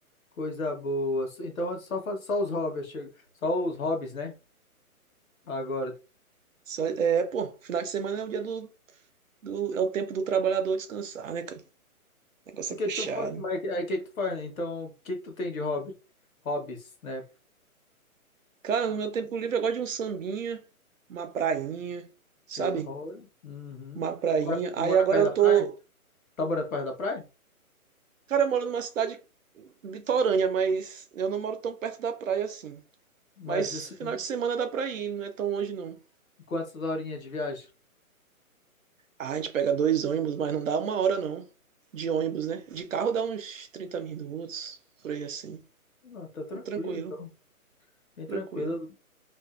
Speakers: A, on the left; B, on the right.
A: coisa boa. Então, só faz só os hobbies, chega- só os hobbies, né? Agora,
B: Só- é, pô, final de semana é o dia do, do- é o tempo do trabalhador descansar, né, cara? O negócio
A: se que
B: é puxado.
A: que tu faz, mas aí que que tu faz? Então, o que que tu tem de hobby? Hobbies, né?
B: Cara, no meu tempo livre eu gosto de um sambinha, uma prainha, sabe?
A: Porque hobby. Uhum.
B: Uma prainha.
A: Tu mora, tu
B: Aí
A: mora
B: agora
A: perto
B: eu
A: da
B: tô
A: praia? Tá morando perto da praia?
B: Cara, eu moro numa cidade litorânea, mas eu não moro tão perto da praia assim.
A: Mas
B: Mas
A: assim,
B: final de semana dá pra ir, não é tão longe não.
A: quantas horinhas de viagem?
B: Ah, a gente pega dois ônibus, mas não dá uma hora não. De ônibus, né? De carro dá uns 30 minutos, por aí assim.
A: Não, tá tranquilo,
B: Tranquilo,
A: então. Bem
B: tranquilo.
A: tranquilo.